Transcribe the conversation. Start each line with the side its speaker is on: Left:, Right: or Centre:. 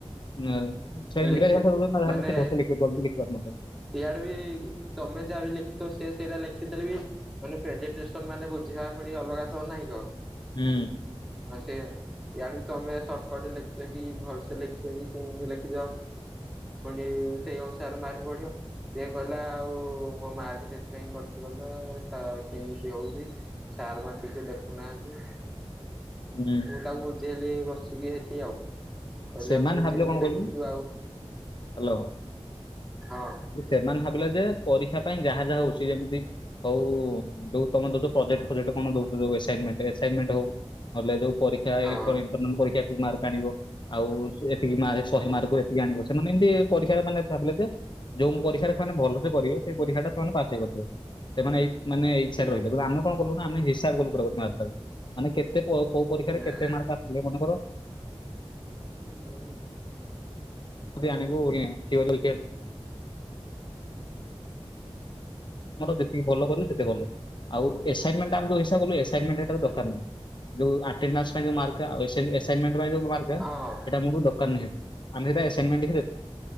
Left: ଉ
Centre: ହୁଁ
Left: ଇଂରାଜୀ
Centre: ଲେଖି
Left: ଭାଷା ଯଦି ନ
Centre: ମାନେ
Left: ଭଲ ଥିବ ସେ ଜଲଦି ଲେଖୀପାରୁନଥିବେ
Centre: ଇଆଡେ ବି ତମେ ଯାହା ବି ଲେଖିଥବ ସେ ସେଇରା ଲେଖିଥିଲେ ବି ମାନେ ପ୍ରେଜେନଟେସନ ମାନେ ବୁଝେଇବା ପୁଣି ଅଲଗା ଦବ ନାହିଁକ
Left: ହୁଁ
Centre: ହଁ ସେୟାବା ୟାଢୁ ତମେ ସର୍ଟକଟ ରେ ଲେଖିଥିବ କି ଭଲସେ ଲେଖିଛି କି କେମିତି ଲେଖିଥିବ ପୁଣି ସେଇ ଅନୁସାରେ ମାର୍କ ବଢିବ ସେଏ କହିଲା ଆଉ ମୋ ମାର୍କ ସେ ସେତି ପାଇଁ କଟିଗଲା କେମିତି ହଉଛି ସାର୍ ମାନେ ଠିକ୍ ରେ ଦେଖୁନାହାନ୍ତି
Left: ହୁଁ
Centre: ମୁଁ ତାକୁ ବୁଝେଇଲି ରହିଛି ହେଟି ଆଉ କହିଲେ
Left: ସେମାନେ
Centre: ଆଉ ତୁ
Left: ଭାବିଲେ
Centre: ଯେମିତି
Left: କଣ
Centre: ଲେଖିଛୁ
Left: କହିଲୁ
Centre: ଆଉ
Left: ହ୍ୟାଲୋ
Centre: ହଁ
Left: ସେମାନେ ଭାବିଲେ ଯେ ପରୀକ୍ଷା ପାଇଁ ଯାହା ଯାହା ହଉଛି ଯେମିତି ହଉ ଯୋଉ ତମେତ ଗୋଟେ ପ୍ରୋଜେଟ୍ ପ୍ରୋଜେକ୍ଟ କଣ ଦଉଛନ୍ତି ଆସାଇନମେଣ୍ଟ ଆସାଇନମେଣ୍ଟ ହଉ ଯୋଉ ପରୀକ୍ଷା
Centre: ହଁ
Left: ଏଇଥର ଇଣ୍ଟରନାଲ୍ ପରୀକ୍ଷା ଏତିକି ମାର୍କ ଆଣିବ ଆଉ ଏତିକି ମାର୍କ ସହେ
Centre: ହୁଁ
Left: ମାର୍କରୁ ଏତିକି ଆଣିିବ ସେମାନେ ଏମିତି ପରୀକ୍ଷା ମାନେ ଭାବିଲେ ଯେ ଯୋଉ ପରୀକ୍ଷା ସେମାନେ ଭଲସେ କରିବେ, ସେଇ ପରୀକ୍ଷାଟା ସେମାନେ ପାସ ହେଇ କରିପାରିବେ। ସେମାନେ ଏଇ ମାନେ ଇଚ୍ଛାରେ
Centre: ହୁଁ
Left: ରହିିବେ ଆମେ କଣ କଲୁ ନା ଆମେ ହିସାବ କରୁ ମାର୍କଟା ମାନେ କେତେ କୋଉ ପରୀକ୍ଷାରେ
Centre: ହୁଁ
Left: କେତେ
Centre: ହୁଁ
Left: ମାର୍କ ଆସିଲେ ମନେକର
Centre: <inaudible>
Left: ଆଣିବୁ <inaudible> ଆଣିବୁ <inaudible> ଇଣ୍ଟରନାଲରେ ଯେତିକି ଭଲ କରିବୁ ସେତେ ଭଲ। ଆଉ ଏସାଇମେଣ୍ଟ ଏସାଇ ଏସାଇମେଣ୍ଟ
Centre: ହୁଁ
Left: ଦରକାର
Centre: ହୁଁ
Left: ନାହିଁ। ଯୋଉ ଆଟ୍ଟେନାନ୍ସ ପାଇଁ ଯୋଉ ମାର୍କ ଏସାଇମେଣ୍ଟ ଯୋଉ ମାର୍କ
Centre: ହଁ
Left: ସେଟା ମୋର ଦରକାର ନୁହେଁ। ଆମେ ଆସାଇମେଣ୍ଟ ବି